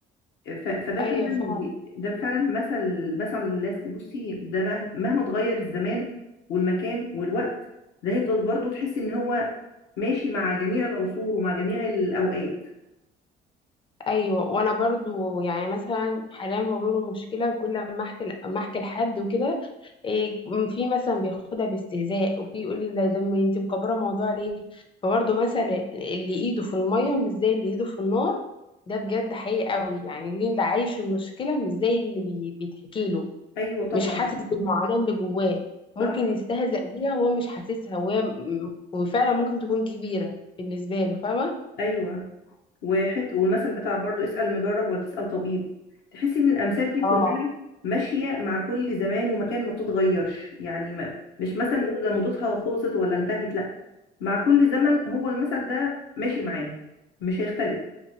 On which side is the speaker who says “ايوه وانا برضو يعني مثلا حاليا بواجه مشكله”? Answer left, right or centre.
Left